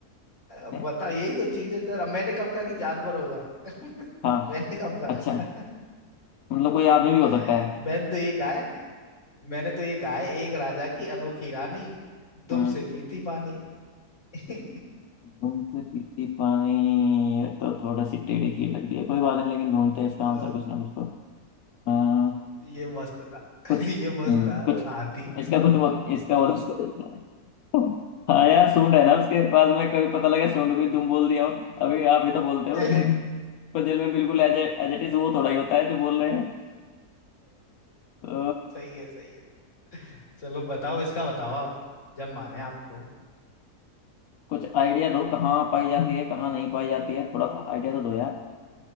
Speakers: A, on the left; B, on the left.
A: अब
B: है?
A: बताओ यही तो चीज है सर अब मैंने कब कहा कि जानवर होगा <laughs>
B: हाँ
A: मैंने कब कहा
B: अच्छा मतलब कोई आदमी भी हो सकता
A: <laughs>
B: है
A: मैंने तो ये कहा मैंने तो ये कहा है एक राजा की अनोखी रानी दुम
B: हम्म
A: से पीती पानी <laughs>
B: दुम से पीती पानी ये तो थोड़ा सी टेढ़ी खीर लग रही है कोई बात नहीं लेकिन ढूंढते हैं इसका
A: अ,
B: आंसर कुछ ना कुछ तो अम,
A: ये मस्त था <laughs>
B: कुछ
A: ये मस्त
B: हम्म
A: था
B: कुछ
A: बोला हाथी
B: इसका कुछ वो इसका वो तो- हाँ यार सूंड है ना उसके पास में कभी पता लगे सूंड कोई दुम बोल दिया हो अभी आप ही तो बोलते हो
A: <laughs>
B: कि पजल में बिल्कुल एज एज इट इज वो थोड़ा ही होता है जो बोल रहे हैं तो
A: सही है सही है चलो बताओ इसका बताओ आप जब माने आपको
B: कुछ आइडिया दो कहाँ पाई जाती है कहाँ नहीं पाई जाती है थोड़ा सा आइडिया तो दो यार